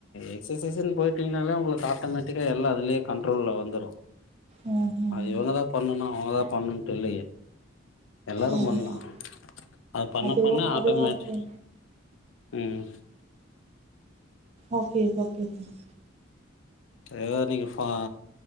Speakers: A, on the left (about 70°); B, on the right (about 35°).
A: எக்ஸ்சசைஸ்ன்னு போயிட்டீங்கனாலே உங்களுக்கு ஆட்டோமேட்டிக்கா எல்லா அதுலே கண்ட்ரோல்ல வந்துரு
B: ம் ம்
A: அது இவங்கதா பண்ணனு அவங்கதா பண்ணனுட்டு இல்லையே எல்லாரு
B: ம்
A: பண்லா
B: ம்
A: அது பண்ண
B: அதுவும்
A: பண்ண ஆட்டோமேட்
B: அதுவும் ஓகே
A: ம்
B: ஓகே ஓகே சார்
A: வேறிங்கஃபா